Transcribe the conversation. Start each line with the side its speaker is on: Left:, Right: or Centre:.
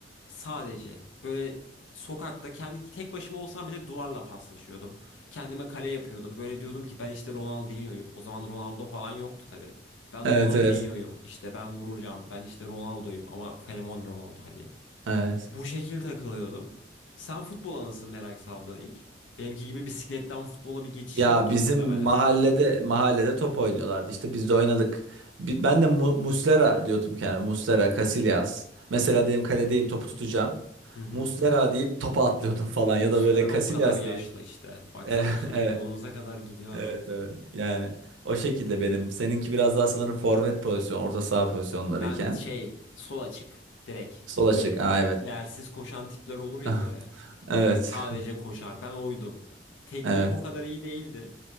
Left: Sadece böyle sokakta kendi tek başıma olsam bile duvarla paslaşıyordum. Kendime kale yapıyordum. Böyle diyordum ki ben işte Ronaldinho'yum. O zaman Ronaldo falan yoktu tabii. Ben
Right: Evet
Left: Ronaldinho'yum.
Right: evet.
Left: İşte ben vuracağım. Ben işte Ronaldo'yum ama fenomen Ronaldo hani.
Right: Evet.
Left: Bu şekil takılıyordum. Sen futbola nasıl merak saldın ilk? Benimki gibi bisikletten futbola bir geçiş
Right: Ya
Left: yoktur
Right: bizim
Left: muhtemelen.
Right: mahallede mahallede top oynuyorlardı. İşte biz de oynadık. Bi- Ben de Mu- Muslera diyordum yani. Muslera, Casillas. Mesela dedim kaledeyim topu tutacağım.
Left: Hı hı.
Right: Muslera deyip topa atlıyordum falan
Left: Muslera
Right: ya da böyle Casillas
Left: da o kadar yaşlı
Right: diye.
Left: işte. Baksana
Right: Evet,
Left: çocukluğumuza
Right: <laughs> evet,
Left: kadar gidiyor
Right: evet.
Left: adam.
Right: evet. Yani o şekilde benim. Seninki biraz daha sanırım forvet pozisyon, orta saha pozisyonlarıyken.
Left: Ben şey sol açık direkt.
Right: Sol
Left: Böyle
Right: açık. Aa, evet.
Left: ciğersiz koşan tipler olur ya
Right: <laughs>
Left: böyle.
Right: Evet.
Left: Hani sadece koşar. Ben oydum. Tekniğim
Right: Evet.
Left: o kadar iyi değildi.